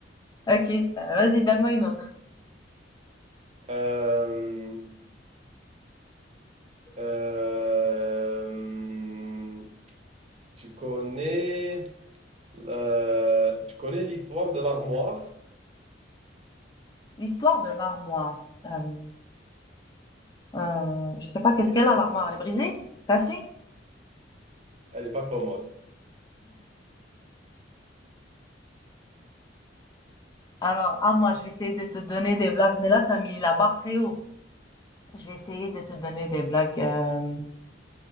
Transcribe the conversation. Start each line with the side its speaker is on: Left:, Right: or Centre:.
Left: Ok, euh, vas-y, donne-moi une autre.
Right: Euh, Euh, tu connais le- tu connais l'histoire de l'armoire?
Left: L'histoire de l'armoire. Euh, euh, je sais pas qu'est-ce qu'elle a, l'armoire. Elle est brisée? Cassée?
Right: Elle n'est pas commode.
Left: Alors, à moi, je vais essayer de te donner des blagues, mais là, t'as mis la barre très haut. Je vais essayer de te donner des blagues euh,